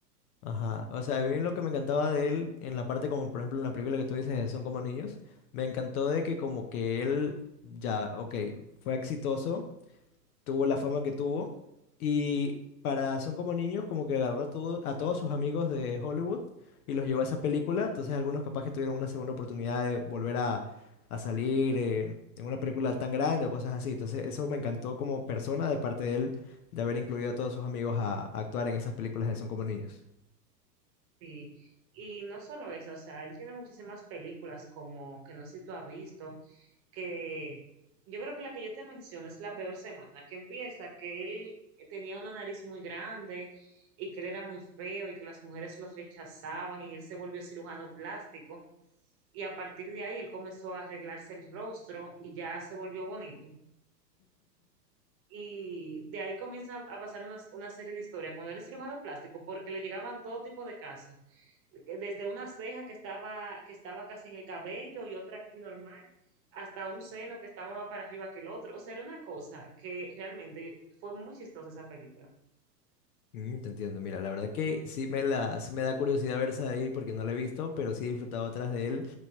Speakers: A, on the left; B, on the right.
A: Ajá. O sea, a mí lo que me encantaba de él, en la parte como, por ejemplo, en la película que tú dices, de son como niños, me encantó de que como que él, ya, ok, fue exitoso tuvo la fama que tuvo. Y para Son como niños, como que agarró a, todo- a todos sus amigos de Hollywood y los llevó a esa película. Entonces algunos capaz que tuvieron una segunda oportunidad de volver a, a salir eh, en una película tan grande o cosas así. Entonces eso me encantó como persona de parte de él de haber incluido a todos sus amigos a, a actuar en esas películas de Son como niños.
B: Sí, y no solo eso, o sea, él tiene muchísimas películas como que no sé si tú has visto, que yo creo que la que yo te menciono es La Peor Semana, que empieza que él tenía una nariz muy grande y que él era muy feo y que las mujeres los rechazaban y él se volvió cirujano plástico y a partir de ahí él comenzó a arreglarse el rostro y ya se volvió bonito. Y de ahí comienza a pasar una, una serie de historias. Cuando él es cirujano plástico, porque le llegaban todo tipo de casos, que desde una ceja que estaba, que estaba casi en el cabello y otra aquí normal, hasta un seno que estaba más para arriba que el otro. O sea, era una cosa que realmente fue muy chistosa esa película.
A: Mm, te entiendo, mira, la verdad que sí me, la, sí me da curiosidad ver esa de ahí porque no la he visto, pero sí he disfrutado otras de él.